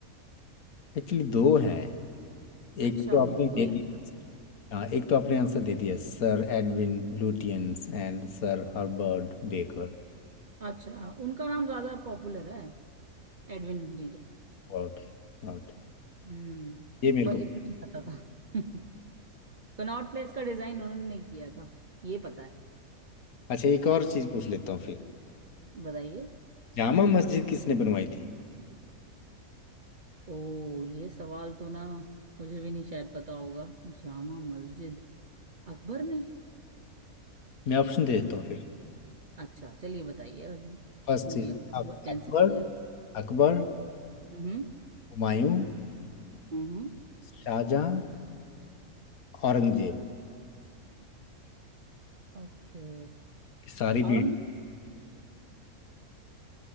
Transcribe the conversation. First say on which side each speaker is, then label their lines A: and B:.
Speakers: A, on the left; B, on the right.
A: एक्चुअली दो हैं एक
B: अच्छा
A: तो आपने
B: मुझे तो
A: दे
B: एक
A: दी
B: ही पता है
A: हाँ एक तो आपने आंसर दे दिया sir Edwin Lutyens and sir Herbert Baker
B: अच्छा उनका नाम ज्यादा पॉपुलर है एडविन जी का
A: Okay Okay
B: हम्म
A: ये मेरे
B: बस
A: को
B: इतना ही पता था <laughs> कनॉट प्लेस का डिजाइन उन्होंने नहीं किया था ये पता है
A: अच्छा एक और चीज पूछ लेता हूँ फिर
B: बताइए
A: जामा मस्जिद किसने बनवाई थी
B: ओ ये सवाल तो ना मुझे भी नहीं शायद पता होगा जामा मस्जिद अकबर ने
A: मैं ऑप्शन दे देता हूँ फिर
B: अच्छा चलिए बताइए अब
A: फर्स्ट
B: मुझे
A: चीज
B: लगता
A: अक,
B: है वो कैंसिल
A: अकबर
B: हो गया
A: अकबर
B: हम्म
A: हुमायूं
B: हम्म
A: शाहजहां औरंगजेब
B: ओके
A: सारी पीढ़ी
B: औरंगजेब